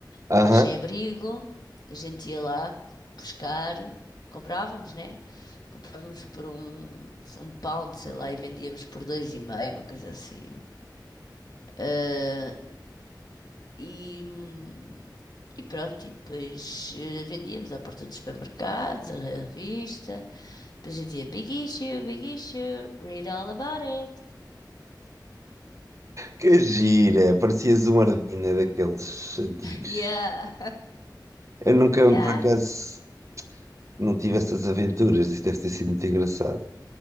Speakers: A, on the right; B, on the left.
A: Aham.
B: para os sem-abrigo. A gente ia lá buscar, comprávamos, né? Comprávamos por um, um pound, sei lá, e vendíamos por dois e meio, uma coisa assim. Ah, e, hum, e pronto, e depois eh, vendíamos à porta dos supermercados, a revista. Depois eu dizia Big Issue, Big Issue, read all about it.
A: Que gira, parecias um Ardina daqueles antigos.
B: Yeah,
A: Eu nunca,
B: <laughs> yeah.
A: por acaso, não tive essas aventuras. Isso deve ter sido muito engraçado.